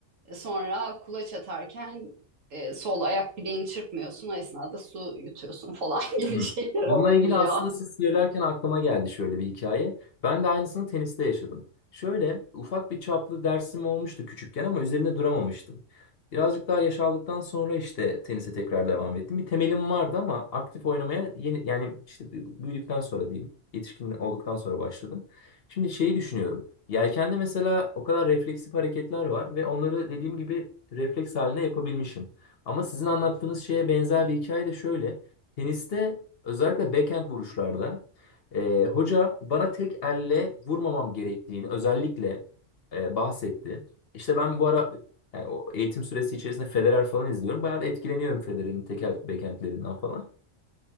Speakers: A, on the right (about 75°); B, on the left (about 55°).
A: Sonra kulaç atarken e, sol ayak bileğini çırpmıyorsun. O esnada su yutuyorsun falan <laughs> gibi
B: Hı.
A: şeyler
B: Bununla
A: olabiliyor.
B: ilgili aslında siz söylerken aklıma geldi şöyle bir hikaye. Ben de aynısını teniste yaşadım. Şöyle ufak bir çaplı dersim olmuştu küçükken ama üzerinde duramamıştım. Birazcık daha yaş aldıktan sonra işte tenise tekrar devam ettim. Bir temelim vardı ama aktif oynamaya yeni yani işte büyüdükten sonra diyeyim, yetişkin olduktan sonra başladım. Şimdi şeyi düşünüyorum. Yelkende mesela o kadar refleksif hareketler var ve onları dediğim gibi refleks haline yapabilmişim. Ama sizin anlattığınız şeye benzer bir hikaye de şöyle. Teniste Özellikle backhand vuruşlarda e, hoca bana tek elle vurmamam gerektiğini özellikle e, bahsetti. İşte ben bu ara yani o eğitim süresi içerisinde Federer falan izliyorum. Bayağı da etkileniyorum Federer'in tek el backhandlerinden falan.